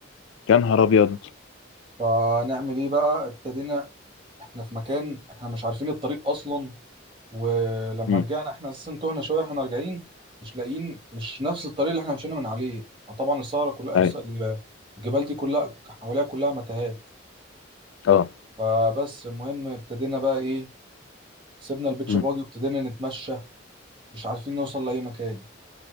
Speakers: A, on the left (about 75°); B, on the right (about 25°).
A: يا نهار ابيض
B: فنعمل ايه بقى ابتدينا احنا في مكان احنا مش عارفين الطريق اصلا ولما
A: امم
B: رجعنا احنا اساسا تهنا شويه احنا راجعين مش لاقيين مش نفس الطريق اللي احنا مشينا من عليه فطبعا السهره كلها
A: اي
B: الس- الجبال دي كلها حواليها كلها متاهات
A: اه
B: فبس المهم ابتدينا بقى ايه سيبنا البيتش
A: امم
B: باجي وابتدينا نتمشى مش عارفين نوصل لاي مكان